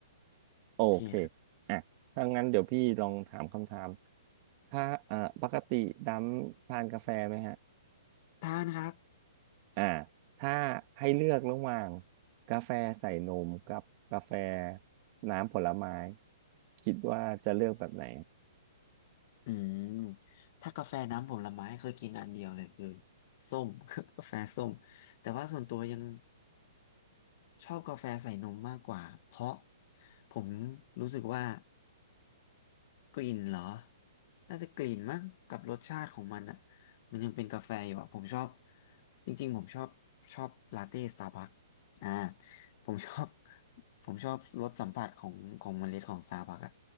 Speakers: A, on the right; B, on the left.
A: โอเค
B: โอเคครับ
A: อ่ะถ้างั้นเดี๋ยวพี่ลองถามคำถาม ถ้าเอ่อปกติดำทานกาแฟไหมฮะ
B: ทานครับ
A: อ่าถ้าให้เลือกระหว่างกาแฟใส่นมกับกาแฟน้ำผลไม้คิดว่าจะเลือกแบบไหน
B: อืมถ้ากาแฟน้ำผลไม้เคยกินอันเดียวเลยคือส้ม <laughs> กาแฟส้มแต่ว่าส่วนตัวยังชอบกาแฟใส่นมมากกว่าเพราะผมรู้สึกว่า กลิ่นเหรอน่าจะกลิ่นมั้งกับรสชาติของมันอ่ะมันยังเป็นกาแฟอยู่อ่ะผมชอบจริงๆผมชอบชอบลาเต้สตาร์บัคอ่าผมชอบ <laughs> ผมชอบรสสัมผัสของของเมล็ดของสตาร์บัคอ่ะ